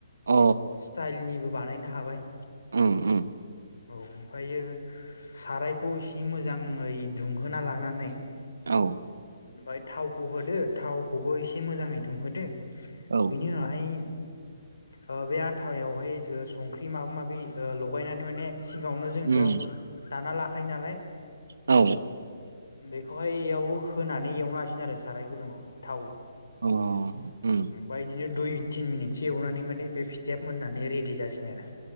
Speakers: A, on the right (about 70°); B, on the left (about 75°).
A: अ
B: स्टाइलनिबो बानायनो हाबाय।
A: उम उम
B: औ ओमफ्रायो सारायखौ एसे मोजाङै दुंहोना लानानै
A: औ।
B: ओमफाय थावखौ होदो थावखौबो एसे मोजाङै दुंहोदो।
A: औ
B: बिनि उनावहाय ओ बे आथायावहाय जो संख्रि माबा माबि ओ लगायनानै माने सिगावनो जोंथ'
A: उम
B: दाना लाखायो नालाय।
A: औ
B: बेख खौहाय इयाव होनानै एवनो हासिगोन आरो साराय गुदुङावहाय थाव
A: अ उम
B: बायदिनो दुइ थिन मिनिथसो एवनानै माने बे फिथाया मोननानै रेडि जासिगोन आरो।